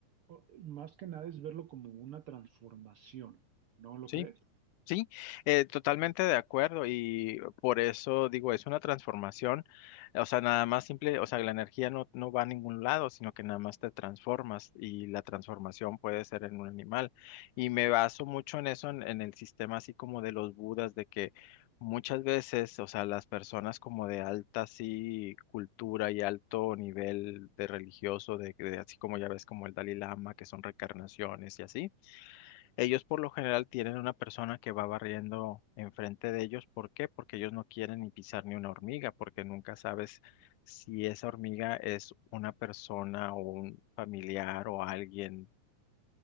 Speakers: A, on the right; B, on the left.
A: o- más que nada es verlo como una transformación, ¿no lo
B: Sí,
A: crees?
B: Sí, eh, totalmente de acuerdo y por eso digo, es una transformación, o sea, nada más simple, o sea, la energía no, no va a ningún lado, sino que nada más te transformas y la transformación puede ser en un animal. Y me baso mucho en eso, en, en el sistema así como de los budas, de que muchas veces, o sea, las personas como de alta así cultura y alto nivel de religioso, de, de así como ya ves como el Dalai Lama, que son reencarnaciones y así. Ellos por lo general tienen una persona que va barriendo enfrente de ellos. ¿Por qué? Porque ellos no quieren ni pisar ni una hormiga, porque nunca sabes si esa hormiga es una persona o un familiar o alguien